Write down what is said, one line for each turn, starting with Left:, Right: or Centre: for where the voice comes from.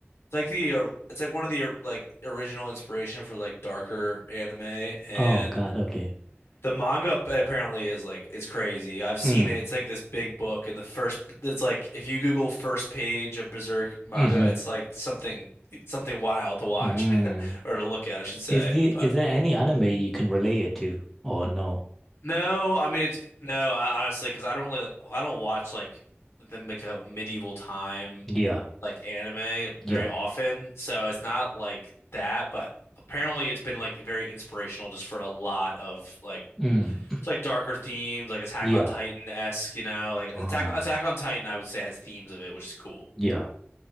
Left: it's like the uh, it's like one of the uh, like original inspiration for like darker anime, and
Centre: Oh God. Okay.
Left: the manga p- apparently is like it's crazy. I've seen
Centre: Mm.
Left: it. It's like this big book, and the first it's like if you Google first page of Berserk manga,
Centre: hmm
Left: it's like something something wild to watch
Centre: hmm
Left: <laughs> or to look at, I should say.
Centre: Is the
Left: But
Centre: is there any anime you can relate it to? Or no?
Left: No, I mean it's no, I, honestly, because I don't really, I don't watch like the like a medieval time
Centre: Yeah.
Left: like anime
Centre: Yeah.
Left: very often, so it's not like that. But apparently, it's been like very inspirational just for a lot of like
Centre: Mm.
Left: it's like darker themes, like Attack
Centre: Yeah.
Left: on Titan-esque, you know, like
Centre: Ah.
Left: Attack Attack on Titan, I would say has themes of it, which is cool.
Centre: Yeah.